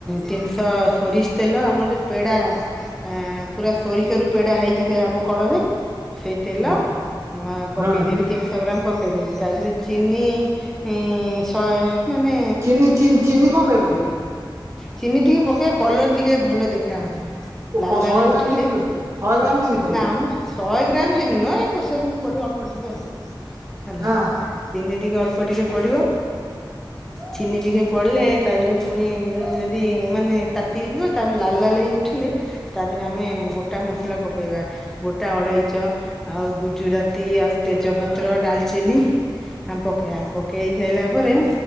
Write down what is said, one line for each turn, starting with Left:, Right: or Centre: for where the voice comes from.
Centre: ତିନିଶହ ସୋରିଷ ତେଲ ଆମର ଯୋଉ ପେଡା ଆ ପୁରା ସୋରିଷରୁ ପେଡା ହେଇଛି ସେ ଆମ କଳରେ। ସେଇ ତେଲ
Right: ହୁଁ
Centre: ପକେଇଦେବି
Right: ହୁଁ।
Centre: ତିନିଶହ ଗ୍ରାମ ପକେଇଦେବି ତା ଦେହରେ ଚିନି ଇ ଶହେ ମାନେ
Right: ଚିନି ଚିନି ଚିନି କଣ ପାଇଁ ପଡିବ କି?
Centre: ଚିନି ଟିକେ ପକେଇବା କଲର ଟିକେ ଭଲ ଦେଖାହବ। ଲାଲ
Right: କଣ
Centre: ଲାଲ
Right: ଶହେ ଗ୍ରାମ
Centre: ଉଠିଲେ,
Right: ଚିନି ଶହେ ଗ୍ରାମ ଚିନି ପଡିବ
Centre: ନା ମ ଶହେ ଗ୍ରାମ ଚିିନି ନୁହ। ଏଇ ପୋଷା ଖଣ୍ଡେ ପଡିବ ଅଳ୍ପ ଟିକେ ଆଉ ହେଲା।
Right: ହଁ
Centre: ଚିନି ଟିକେ ଅଳ୍ପ ଟିକେ ପଡିବ। ଚିନି ଟିକେ ପଡିଲେ ତା ଦେହରେ ପୁଣି ଯଉ ଯଦି ମାନେ ତାତି ଯାଇଥିବ ତାପରେ ଲାଲ ଲାଲ ହେଇ ଉଠିଲେ ତା ଦେହରେ ଆମେ ଗୋଟା ମସଲା ପକେଇବା। ଗୋଟା ଅଳେଇଚ, ଆଉ ଗୁଜୁରାତି, ଆଉ ତେଜପତ୍ର, ଡାଲଚିନି ଆ ପକେଇଆ। ପକେଇ ସାଇଲା ପରେ